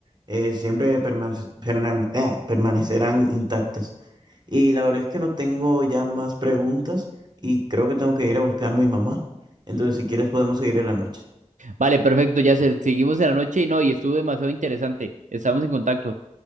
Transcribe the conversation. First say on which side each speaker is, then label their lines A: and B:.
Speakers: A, on the right; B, on the right.
A: eh, siempre permanece- perna- eh, permanecerán intactas. Y la verdad es que no tengo ya más preguntas y creo que tengo que ir a buscar a mi mamá. Entonces, si quieres, podemos seguir en la noche.
B: Vale, perfecto, ya se, seguimos en la noche y no, y estuvo demasiado interesante. Estamos en contacto.